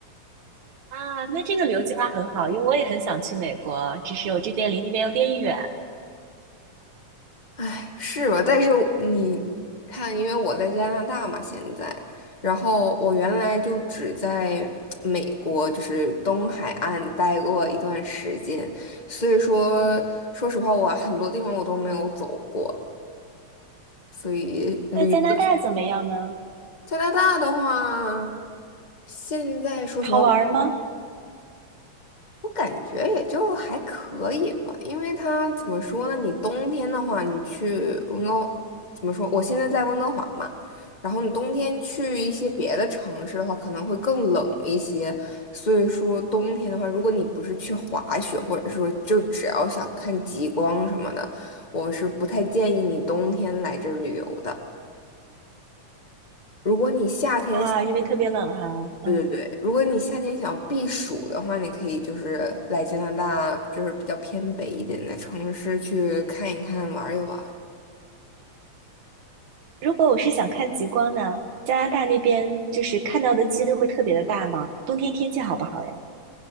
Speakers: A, on the right (about 70°); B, on the left (about 20°).
A: 啊，那这个旅游计划很好，因为我也很想去美国，只是我这边离那边有点远。
B: 唉，是吧？但是你看，因为我在加拿大嘛，现在，然后我原来就只在美国，就是东海岸待过一段时间，所以说，说实话，我很多地方我都没有走过，所以旅游
A: 那加拿大怎么样呢？
B: 加拿大的话，现在说实话。
A: 好玩吗？
B: 我感觉也就还可以吧，因为它怎么说呢？你冬天的话，你去温哥，怎么说？我现在在温哥华嘛，然后你冬天去一些别的城市的话，可能会更冷一些。所以说，冬天的话，如果你不是去滑雪，或者说就只要想看极光什么的，我是不太建议你冬天来这儿旅游的。如果你夏天
A: 啊，因为特别冷哈，嗯，
B: 对对对，如果你夏天想避暑的话，你可以就是来加拿大，就是比较偏北一点的城市去看一看、玩一玩。
A: 如果我是想看极光呢，加拿大那边就是看到的几率会特别的大吗？冬天天气好不好呀？